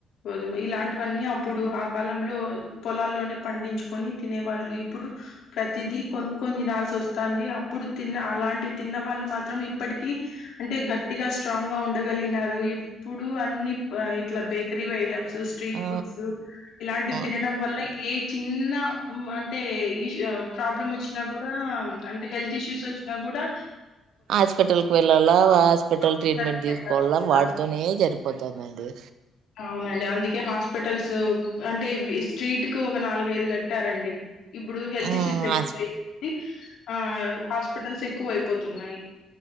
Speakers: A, on the left; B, on the right.
A: గోదుమ ఇలాంటివన్నీ అప్పుడు ఆ కాలంలో పొలాల్లోనే పండించుకొని తినే వాళ్ళు ఇప్పుడు ప్రతిదీ కొను కొన్ని నాల్స వంది అప్పుడు తిన్న అలాంటివి తిన్న వాళ్ళు మాత్రం ఇప్పటిక అంటే గట్టిగా స్ట్రాంగ్ గా ఉ ఉండగలిగినారు ఇప్పుడు అన్ని ఇట్లా బేకరీ వై మ్ స్ట్రీట్
B: ఆ
A: ఫుడ్స్ ఇలాంటివి
B: అవును
A: తినడం వల్ల ఏ చిన్న అంటే ఈ ప్రాబ్లమ్ వచ్చినా కూడా అంటే హెల్త్ ఇష్యూస్ వచ్చినా కూడా
B: హాస్పిటల్ క వెళ్ళాల
A: తట్టుకోలేకపోతున్నారు
B: హాస్పిటల్ ట్రీట్మెంట్ దీసుకోల వాడుతనే సరిపోతుందండి
A: అవునండి అందుకే హాస్పిటల్స్ అంటే స్ట్రీట్ కు ఒక నాలుగైదు కట్టారండి ఇప్పుడు హెల్త్
B: ఆ
A: ఇష్యూస్ ఎవ
B: హాస్
A: అంది ఆ హాస్పిటల్స్ ఎక్కువ అయిపోతున్నాయి